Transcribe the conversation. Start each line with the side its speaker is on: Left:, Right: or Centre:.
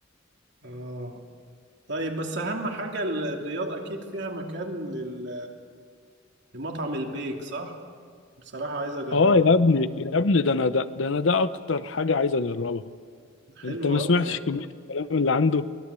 Right: آه طيب بس أهم حاجة ال- الرياض أكيد فيها مكان لل لمطعم البيك صح؟ بصراحة عايز أجربه
Left: اه يا ابني يا ابني ده انا ده, ده انا ده اكتر حاجة عايز اجربها انت
Right: حلو
Left: ما سمعتش
Right: أوي
Left: كمية الكلام اللي عنده انت